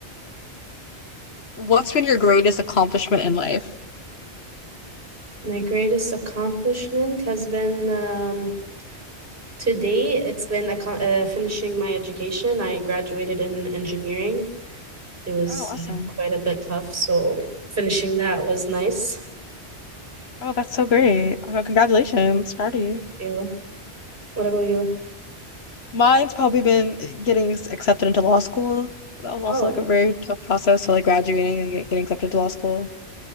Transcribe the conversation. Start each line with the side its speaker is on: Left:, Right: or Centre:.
Left: What's been your greatest accomplishment in life?
Right: My greatest accomplishment has been um, to it's been acco- uh, finishing my education. I graduated in engineering. It was
Left: Oh, awesome.
Right: Yeah. quite a bit tough, so finishing that was nice.
Left: Oh, that's so great. Oh, congratulations. Proud of you.
Right: You, what about you?
Left: Mine's probably been eh, getting s- accepted into law school. That was
Right: Oh,
Left: also like a very tough process. So, like graduating and get- getting accepted to law school.